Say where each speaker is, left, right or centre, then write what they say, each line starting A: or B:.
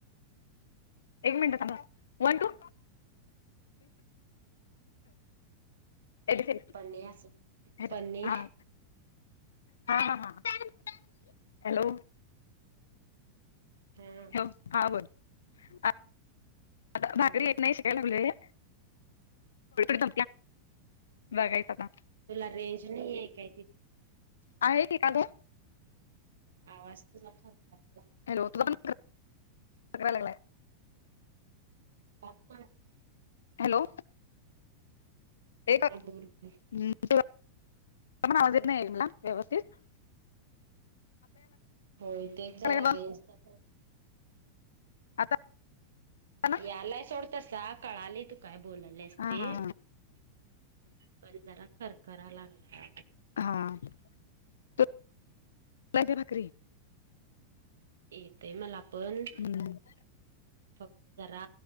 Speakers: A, on the left (about 65°); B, on the right (about 65°).
A: एक मिनट सज वन टू ऐ दिदी
B: पन्नी अस
A: <inaudible>
B: पन्नी
A: हा हा हा हॅलो
B: हा
A: हो हा बोल आता
B: हम्म
A: भाकरी येत नाही शिका बघाय लागलोय <inaudible> बघायचं आता
B: तुला रेंज नाही आहे काय
A: आहे की का गं,
B: आवाज तूझा खरखरोत्य करा
A: हॅलो तूझा पण खरखरा लागल्या आहे.
B: बागतोय
A: हॅलो एक हम्
B: हा बोल बोल
A: तूझा पण आवाज येत नाही गं मला व्यवस्थित
B: होय तेच जरा
A: लागलाय
B: रेंज
A: बघ.
B: च्या प्रोब्लेम आहे.
A: आता ना
B: यायलाय सोड तसा कळालंय तू काय बोलालेस ते
A: हा हा
B: पण जरा खरखरा लागलाय, आवाज
A: हां तू तूला येतीया भाकरी?
B: येतय मला पण
A: <unintelligible>
B: फक्त जरा